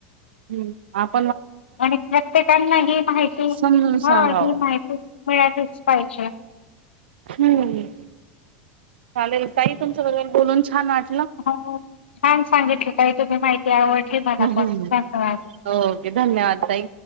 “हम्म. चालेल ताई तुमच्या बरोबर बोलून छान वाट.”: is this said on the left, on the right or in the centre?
Right